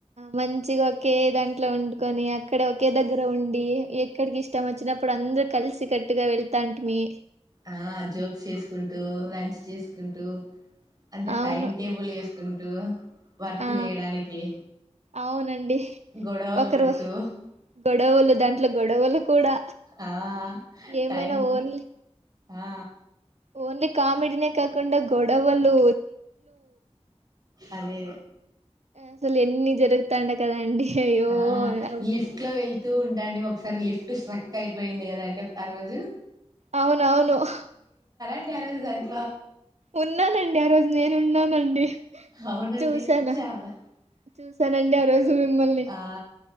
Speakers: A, on the right (about 75°); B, on the right (about 35°).
A: మంచిగ ఒకే దాంట్లో వండుకొని అక్కడ ఒకే దగ్గర ఉండీ. ఎక్కడికి ఇష్టం వచ్చినప్పుడు అందరూ కలిసి కట్టుగా వెళ్తాంటిమీ.
B: ఆ జోక్స్ చేసుకుంటూ, లంచ్ చేసుకుంటూ. అంటె
A: అవును
B: టైం టేబుల్ ఏస్ కుంటూ. వర్క్
A: ఆ
B: చేయడానికి.
A: అవునండి
B: గొడవలు
A: ఒకరు
B: పడుతూ.
A: గొడవలు దాంట్లో గొడవలు కూడా
B: ఆ
A: ఏమైనా
B: టైమ్
A: ఓన్లీ
B: ఆ
A: ఓన్లీ కామెడినే కాకుండ గొడవలూ.
B: అదే
A: అసలు ఎన్నీ జరుగుతాండె కదండి. అయ్యో
B: ఆ
A: అవ్-
B: లిఫ్ట్ లో ఎళ్తూ ఉంటండి ఒకస్ సార లిఫ్ట్ స్ట్రక్ అయిపోయింది గదా అండి ఆ రోజు.
A: అవునవును ఉహ్
B: డాడ్ కూడా అండీ
A: ఉన్నానండి ఆ రోజు నేను ఉన్నానండి.
B: అవునండి
A: చూసాను
B: చాలా
A: చూసానండి ఆ రోజు మిమ్మల్ని.
B: ఆ